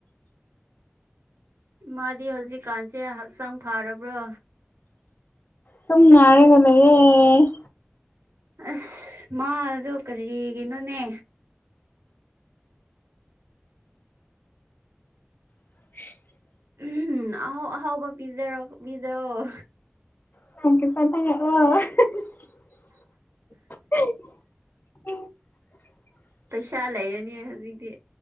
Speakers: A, on the right; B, on the left.
A: ꯏꯃꯥꯗꯤ ꯍꯧꯖꯤꯛꯀꯥꯟꯁꯦ ꯍꯛꯆꯥꯡ ꯐꯥꯔꯕ꯭ꯔꯣ
B: ꯁꯨꯝ ꯅꯥꯔꯒ ꯂꯩꯌꯦ
A: ꯑꯁ ꯃꯥꯗꯣ ꯀꯔꯤꯒꯤꯅꯣꯅꯦ
B: <unintelligible>
A: ꯎꯝ ꯑꯍꯥꯎ ꯑꯍꯥꯎꯕ ꯄꯤꯖꯔꯣ ꯄꯤꯖꯑꯣ
B: <unintelligible> <inaudible>
A: ꯄꯩꯁꯥ ꯂꯩꯔꯅꯤ ꯍꯧꯖꯤꯛꯇꯤ